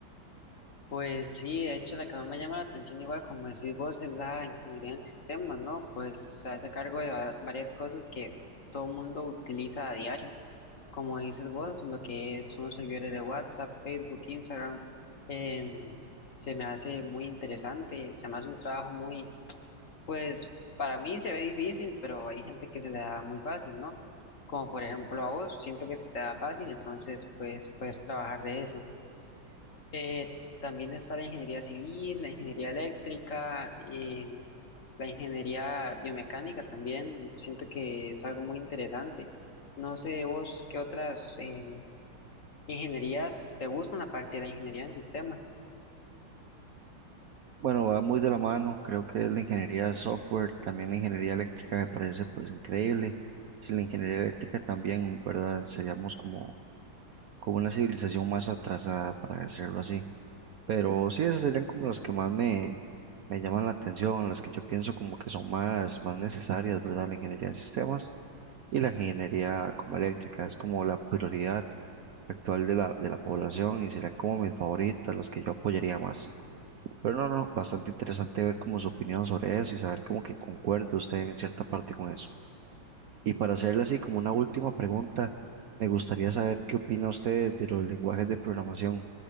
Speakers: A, on the left; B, on the right.
A: Pues sí, de hecho la que más me llama la atención, igual como decís vos, es la ingeniería en sistemas, ¿no? Pues se hace cargo de va- varias cosas que todo el mundo utiliza a diario, como dices vos, lo que son los servidores de WhatsApp, Facebook, Instagram, em, se me hace muy interesante, se me hace un trabajo muy, pues para mí se ve difícil, pero hay gente que se le da muy fácil, ¿no? Como por ejemplo a vos, siento que se te da fácil, entonces pues puedes trabajar de eso. Eh, también está la ingeniería civil, la ingeniería eléctrica, em, la ingeniería biomecánica también. Siento que es algo muy interesante. No sé vos qué otras em, ingenierías te gustan aparte de la ingeniería en sistemas.
B: Bueno, va muy de la mano, creo que es la ingeniería de software, también la ingeniería eléctrica me parece pues increíble. Si la ingeniería eléctrica también, ¿verdad? Seríamos como, como una civilización más atrasada, para decirlo así. Pero sí, esas serían como las que más me, me llaman la atención, las que yo pienso como que son más, más necesarias, ¿verdad? La ingeniería de sistemas y la ingeniería como eléctrica, es como la prioridad actual de la, de la población y serían como mis favoritas, las que yo apoyaría más. Pero no, no, bastante interesante ver como su opinión sobre eso y saber como que concuerde usted en cierta parte con eso. Y para hacerle así como una última pregunta, me gustaría saber qué opina usted de los lenguajes de programación.